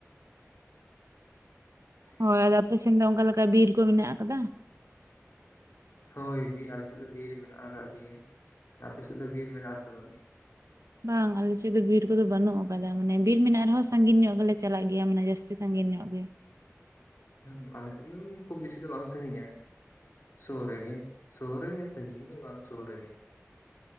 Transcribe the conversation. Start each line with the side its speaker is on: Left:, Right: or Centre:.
Left: <inaudible>
Right: ᱦᱳᱭ, ᱟᱫᱚ ᱟᱯᱮᱥᱮᱱ ᱫᱚ ᱚᱝᱠᱟ ᱞᱮᱠᱟ ᱵᱤᱨ ᱠᱚ ᱢᱮᱱᱟᱜ ᱟᱠᱟᱫᱟ?
Left: ᱦᱳᱭ, ᱵᱤ ᱟᱞᱮ ᱥᱮᱫ ᱫᱚ ᱵᱤᱨ ᱢᱮᱱᱟᱜ ᱟᱠᱟᱜ ᱜᱮᱭᱟ᱾ ᱟᱯᱮ ᱥᱮᱜ ᱫᱚ ᱵᱤᱨ ᱢᱮᱱᱟᱜ ᱟᱥᱮ ᱵᱟᱹᱱᱩᱜ?
Right: ᱵᱟᱝ ᱟᱞᱮ ᱥᱮᱜ ᱫᱚ ᱵᱤᱨ ᱠᱚᱫᱚ ᱵᱟᱹᱱᱩᱜ ᱟᱠᱟᱫᱟ, ᱢᱟᱱᱮ ᱵᱤᱨ ᱢᱮᱱᱟᱜ ᱨᱮᱦᱚᱸ ᱥᱟᱸᱜᱤᱧ ᱧᱚᱜ ᱜᱮ ᱞᱮ ᱪᱟᱞᱟᱜ ᱜᱮᱭᱟ, ᱢᱟᱱᱮ ᱡᱟᱹᱥᱛᱤ ᱥᱟᱸᱜᱤᱱ ᱧᱚᱜ ᱜᱮ᱾
Left: ᱟᱸ ᱵᱟᱞᱮ ᱥᱮᱱᱚᱜᱼᱟ, ᱠᱷᱩᱵ ᱵᱤᱥᱤ ᱫᱚ ᱵᱟᱝ ᱥᱟᱸᱜᱤᱧᱟ᱾ ᱥᱳ ᱨᱮᱜᱮ, ᱥᱳ ᱨᱮᱜᱮ ᱥᱟᱸᱜᱤᱧ ᱫᱚ ᱵᱟᱝ ᱥᱳ ᱨᱮᱜᱮ᱾